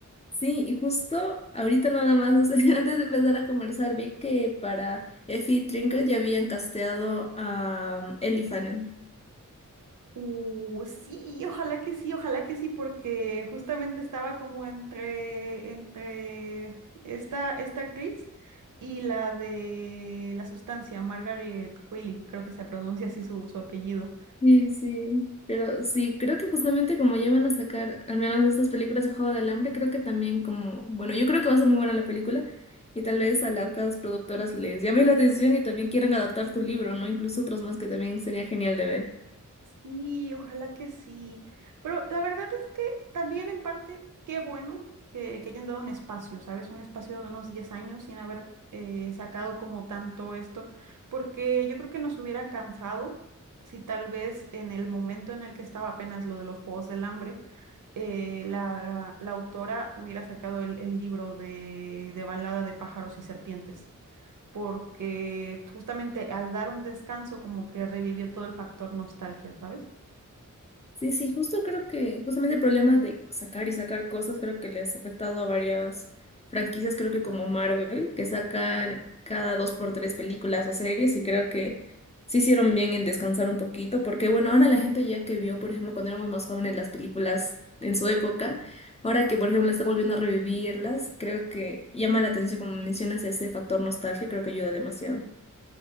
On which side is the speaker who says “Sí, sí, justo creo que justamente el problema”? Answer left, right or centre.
Left